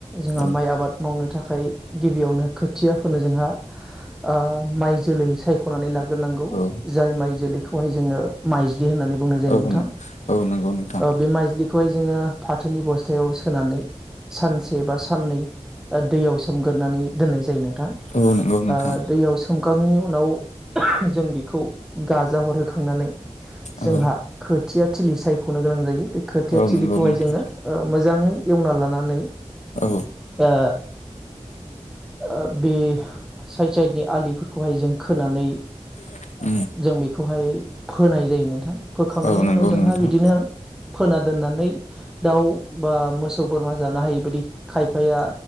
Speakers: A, in the centre; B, on the left.
A: जोंहा
B: औ
A: माइ आबाद मावनो थाख खाय गिबियावनो खोथियाफोनो जोंहा आ माइ जोलै सायख'नानै ला गोनांगौ
B: औ
A: जाय माइ जोलैखौहाय जोङो माइ ज्लि होननानै बुंनाय जायो
B: औ
A: नोंथां।
B: औ नंगौ नोंथां
A: ओ बे माइज्लि खौहाय जोंङो फाथोनि बथायाव सोनानै सानसे बा साननै दैयाव सो गोरनानै दोन्नाय जायो नोंथां। ओ
B: औ नंगौ नोंथां
A: दैयाव सोम गांनायनि उनाव जों बेखौ गाजा हरो खांनानै जोंहा
B: औ
A: खोथिया थिलि सायख'नो गोनां जायो। बे खोथिया
B: औ
A: थिलिखौहाय
B: नंगौ नोंथां
A: जोङो मोजाङै एवना लानानै
B: औ
A: आ ओ बे साइड साइडनि आलिफोरखौहाय जों खोनानै
B: <inaudible>
A: जों बेखौहाय फोनाय जायो नोंथां। फोखांनायनि
B: औ नंगौ
A: उनाव जोंहा
B: नोंथां
A: बिदिनो फोना दोननानै दाउ बा मोसौ बोरमा जानो हायैबादि खायफाया